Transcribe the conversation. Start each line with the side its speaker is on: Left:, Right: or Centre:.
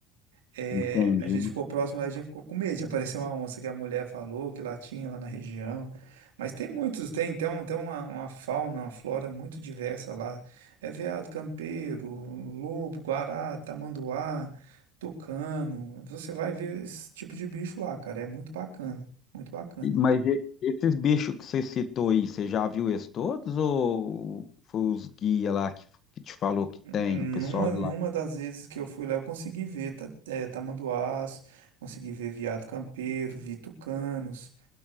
Right: É,
Left: entendi.
Right: a gente ficou próximo, mas a gente ficou com medo de aparecer uma onça que a mulher falou que lá tinha, lá na região. Mas tem muitos, tem, tem, um- tem uma, uma fauna, uma flora muito diversa lá. É veado campeiro, lobo, guará, tamanduá, tucano. Você vai ver esse tipo de bicho lá, cara. É muito bacana, muito bacana.
Left: Mas e- esses bichos que você citou aí, você já viu eles todos ou foi os guia lá que, que te falou que
Right: Numa,
Left: tem, o pessoal lá?
Right: numa das vezes que eu fui lá, eu consegui ver ta- eh, tamanduás, consegui ver veado campeiro, vi tucanos.